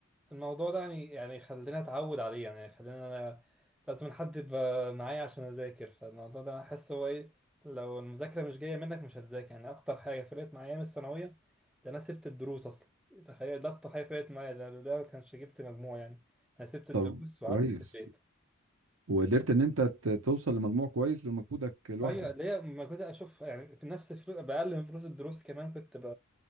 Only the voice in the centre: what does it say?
الموضوع ده يعني يعني خلينا اتعود عليه يعني خلينا انا لازم حد يبقى معايا عشان اذاكر فالموضوع ده احس هو ايه لو المذاكره مش جايه منك مش هتذاكر يعني اكتر حاجه فرقت معايا من الثانويه ده انا سبت الدروس اصلا تخيل ده اكتر حاجه فرقت معايا لو ده لولا ما كانش جبت مجموع يعني انا سبت الدروس
وقعدت في البيت
ايوه اللي هي ما كنت اشوف يعني في نفس فلوس باقل من فلوس الدروس كمان كنت ب...